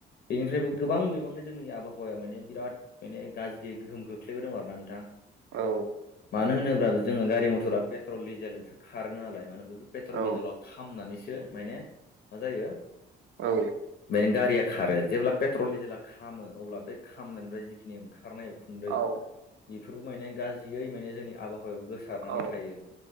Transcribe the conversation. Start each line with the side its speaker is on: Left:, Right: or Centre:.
Left: बेनिफ्रायबो गोबां बिबांनो जोंनि आबहावाया माने बिराद माने गाज्रि गोहोम खोख्लैबाय दं आरोना नोंथां।
Right: औ।
Left: मानो होनोब्ला जोङो गारि मथरा पेट्रल डिजेलजोंसो खारो नालाय मानो होनबा बे पेट्रल
Right: औ
Left: डिजेलाव ख खामनानैस सो माने मा जायो
Right: औ
Left: माने गारिया। खारो जेब्ला पेट्रल डिजेला खामो अब्ला बे खामनायनिफ्राय जिखिनि ओंखारनायाव उखुन्दै
Right: औ
Left: बेफोरबो माने गाज्रियै माने जोंनि आबहावायाव गोसारनानै
Right: औ औ
Left: थायो